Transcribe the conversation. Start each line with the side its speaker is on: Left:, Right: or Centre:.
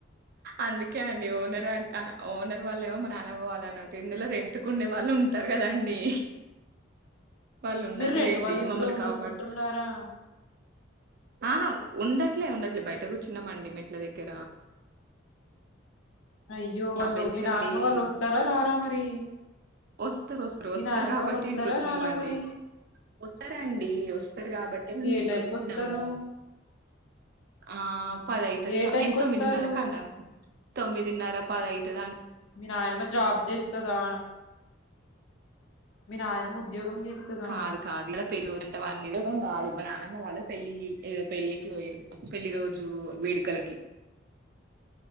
Right: అందుకే అండి ఓనర్ ఆ ఓనర్ వాళ్ళ ఏమో నానమ్మ వాళ్లు అన్నట్టు ఇందులో రెంట్ కు ఉండే వాళ్ళు ఉంటరు కదండి వాళ్ళు ఉన్నారులేండి
Left: మీర్ర్ రెంట్ వాళ్ళు ఇంట్లో
Right: మమ్మల్ని
Left: ఉంటున్నారా
Right: కాపాడు ఆహా ఉండట్లే ఉండట్లే బయట కూర్చున్నామండి మెట్ల దగ్గర
Left: అయ్యో
Right: నాభై
Left: వాళ్ళు
Right: లక్షల
Left: మీ నానమ్మ
Right: ఇల్లు
Left: వాళ్ళు వస్తారా రారా మరి
Right: వస్తారు వస్తారు
Left: మీ
Right: వస్తారు
Left: నాయనమ్మ
Right: కాబట్టి
Left: వాళ్ళు వస్తారా
Right: ఈడికి వచ్చినాము
Left: రారా
Right: అండి
Left: మరి
Right: వస్తారండి వస్తారు కాబట్టి మేము
Left: ఏ
Right: ఈడికి
Left: టైంకి
Right: వచ్చినాము
Left: వస్తారు
Right: ఆ పదైతదిగా
Left: ఏ టైంకి
Right: ఆయన
Left: వస్తారు
Right: తొమ్మిదిన్నరకు అన్నారు తొమ్మిదిన్నర పదైతద
Left: మీ నాయనమ్మ జాబ్ జేస్తదా మీ నాయనమ్మ ఉద్యోగం చేస్తదా
Right: కాదు కాదు ఇలా పెరుగుదుంటే వాళ నివేగం కాదు మా నానమ్మ వాళ్ళు పెళ్ళలి పెళ్ళికి పోయరు పెళ్లి రోజు వేడుకలకి